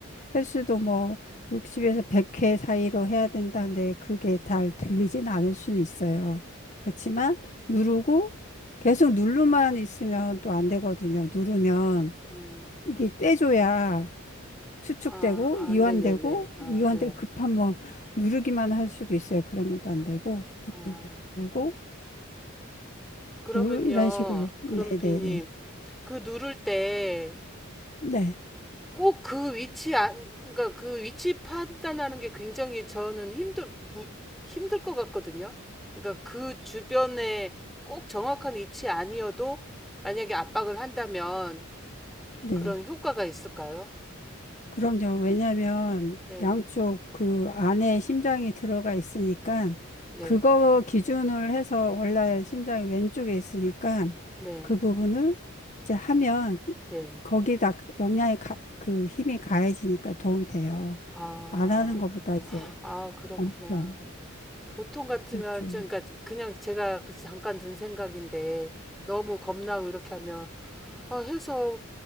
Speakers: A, on the left; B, in the centre.
A: 횟수도 뭐 60에서 100회 사이로 해야 된다는데 그게 잘 들리진 않을 수는 있어요. 그렇지만 누르고 계속 누르만 있으면 또 안 되거든요. 누르면
B: 음,
A: 이게 떼줘야 수축되고
B: 아, 아,
A: 이완되고
B: 네네네. 아,
A: 이완돼
B: 네.
A: 급한 뭐 누르기만 할 수도 있어요. 그러면 또 안 되고
B: 아,
A: 누르고
B: 그러면요.
A: 둘 이런 식으로 네네네
B: 그럼 비님,
A: 네
B: 그 누를 때
A: 네.
B: 꼭 그 위치 안 그러니까 그 위치 판단하는 게 굉장히 저는 힘들 무, 힘들 것 같거든요. 그러니까 그 주변에 꼭 정확한 위치 아니어도 만약에 압박을 한다면
A: 네,
B: 그런
A: 네.
B: 효과가 있을까요?
A: 그럼요. 왜냐하면
B: 네.
A: 양쪽 그 안에 심장이 들어가 있으니까
B: 네.
A: 그거 기준을 해서 원래 심장이 왼쪽에 있으니까
B: 네.
A: 그 부분을 이제 하면
B: 네.
A: 거기다 영향이 가, 그 힘이 가해지니까 도움 돼요.
B: 아.
A: 안 하는 것보다 이제
B: 아, 그렇구나.
A: 엄청
B: 보통 같으면
A: 그렇죠.
B: 좀 그러니까 그냥 제가 그 잠깐 든 생각인데 너무 겁나고 이렇게 하면 아, 해서